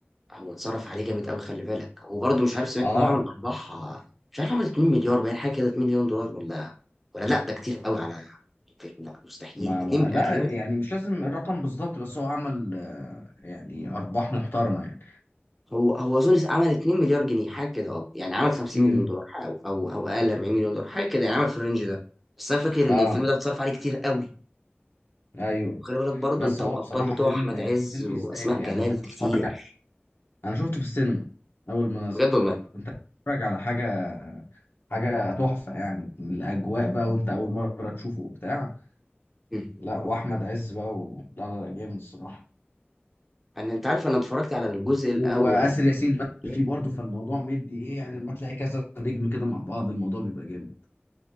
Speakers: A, in the centre; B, on the left.
A: هو اتصرف عليه جامد قوي خلي بالك وبرضه مش عارف سمعت
B: اه
A: انه عمل ارباح مش عارف عمل 2 مليار باين حاجه كده 2 مليون دولار ولا ولا لا ده كتير قوي على الفيلم. لا مستحيل
B: ما
A: 2
B: ما- لا
A: هتلاقيه
B: يعني مش لازم الرقم بالظبط بس هو عمل آه، يعني ارباح محترمة يعني
A: هو هو اظن عمل 2 مليار جنيه حاجه كده اه يعني عمل 50
B: امم
A: مليون دولار حاجة او او او اقل 40 مليون دولار حاجه كده يعني عمل في الرينج ده بس انا فاكر
B: اه
A: ان الفيلم ده اتصرف عليه كتير قوي
B: ايوه
A: وخلي بالك برضه
B: بس
A: انت
B: هو
A: الابطال
B: بصراحة
A: بتوع
B: فيلم
A: احمد عز
B: فيلم
A: واسماء
B: يستاهل يعني
A: جلال
B: انت بتتفرج
A: كتير
B: انا شفته في السينما اول ما نزل
A: بجد والله
B: انت بتتفرج على حاجه حاجه تحفه يعني الاجواء بقى وانت اول مره تشوفه وبتاع
A: مم.
B: لا واحمد عز بقى و... لا لا لا جامد الصراحه
A: انا انت عارف انا اتفرجت على الجزء الاول
B: واسر ياسين
A: والتاني
B: مثل فيه برضه فالموضوع مدي ايه يعني لما تلاقي كذا نجم كده مع بعض الموضوع بيبقى جامد